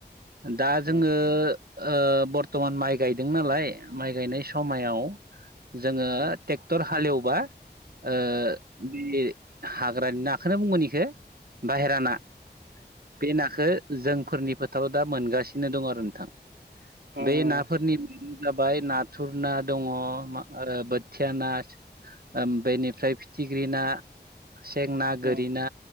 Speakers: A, on the right; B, on the right.
A: दा
B: उम
A: जोङो ओ बर्थमान माइ गायदों नालाय माइ गायनाय समायाव जोङो
B: उम
A: ट्रेक्टर हालएवबा ओ बे हाग्रानि नाखौनो बुंगोन बेखो बाहेरा ना बे नाखो जोंफोरनि फोथाराव दा मोनगासिनो दं आरो नोंथां।
B: उम
A: बे नाफोरनि जाबाय नाथुर ना दङ ओ‌ बोथिया ना ओ बेनिफ्राय फिथिग्रि ना सें ना
B: उम
A: गोरि ना